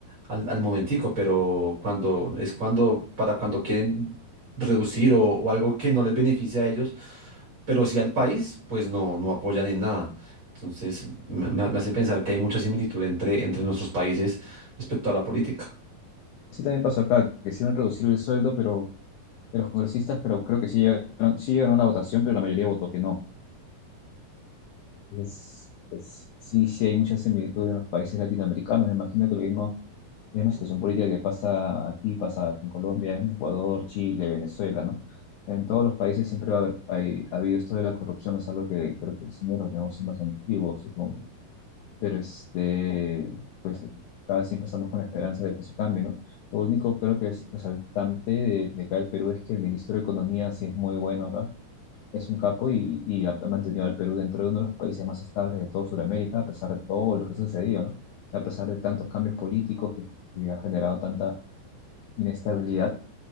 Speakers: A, on the right; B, on the left.
A: al, al momentico, pero cuando es cuando, para cuando quieren reducir o, o algo que no les beneficia a ellos, pero sí al país, pues no, no apoyan en nada. Entonces, me, me- me hace pensar que hay mucha similitud entre, entre nuestros países respecto a la política.
B: Sí, también pasó acá, que quisieron reducir el sueldo pero, de los congresistas, pero creo que sí llegaron, sí llegaron a la votación, pero la mayoría votó que no. Entonces, pues, sí, sí hay mucha similitud en los países latinoamericanos. Me imagino que lo mismo, la misma situación política que pasa aquí, pasa en Colombia, en Ecuador, Chile, Venezuela, ¿no? En todos los países siempre va a haber, hay- ha habido esto de la corrupción, es algo que creo que sí nos lo tenemos más antiguo, supongo. Pero este, pues cada siempre estamos con la esperanza de que eso cambie, ¿no? Lo único creo que es resaltante de, de acá del Perú es que el ministro de Economía sí es muy bueno acá es un capo y, y ha mantenido al Perú dentro de uno de los países más estables de toda Sudamérica, a pesar de todo lo que ha sucedido, ¿no? A pesar de tantos cambios políticos que, que ha generado tanta inestabilidad,